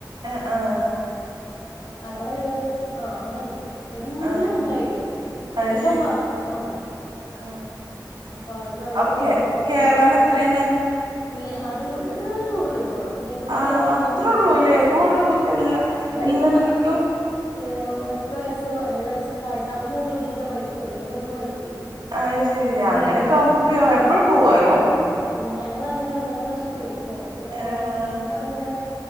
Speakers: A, on the right; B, on the left.
A: ഏ അഹ്
B: അങ്ങനെ കേറിട്ട് അഹ് അങ്ങനെ ഇണ്ട് എല്ലാം
A: ആഹ്
B: ഇണ്ടായില്
A: അത്
B: എല്ലാം
A: ശരി
B: വറത്തുന്നാണ്
A: ആഹ്
B: അപ്പ അല്ല ഓരോന്നര
A: അപ്പൊ കേ
B: കേൾക്കും
A: കേറാൻ
B: ചെയ്യാ
A: എത്രയാണ്
B: ഇല്ല അതിനുള്ളത് വെറും നൂറ് രൂപ ഉള്ളു ന്നയിന്റുള്ളി
A: ആഹ്
B: കയറകഴിഞ്ഞാ
A: അത്രേ
B: പിന്നൊന്നിനും
A: ഉള്ളൂല്ലേ
B: പൈസ
A: നൂറ്
B: വേണ്ട.
A: രൂപക്ക് എല്ലാ
B: അതെന്നെ
A: എല്ലതും കിട്ടും
B: ഏ എട്ട് വയസ്സോ ഏഴ് വയസ്സൊക്ക ആയിട്ടവ്ട്ന്നുള്ള കുട്ടികൾക്കെ പൈസ ഉള്ളു. ചെറിയ കുട്ടിയാക്ക് പൈ ഇല്ല
A: അത് ശരി അങ്ങനെയൊക്കെ
B: <unintelligible>
A: ആവുമ്പോ എപ്പഴും പോവാലോ
B: ഞങ്ങളങ്ങനെ ഒന്ന് ര പോയിക്കണു അങ്ങെ
A: ഏഹ്
B: അവിടെങ്ങനെ